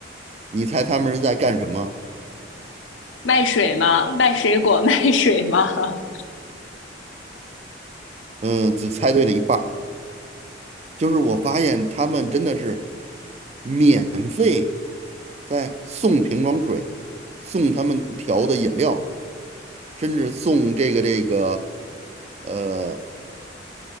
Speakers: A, on the right; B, on the left.
A: 你猜他们是在干什么？
B: 卖水吗？卖水果？<laughs> 卖水吗？<laughs>
A: 嗯，只猜对了一半儿。就是我发现他们真的是免费在送瓶装水，送他们调的饮料，甚至送这个这个呃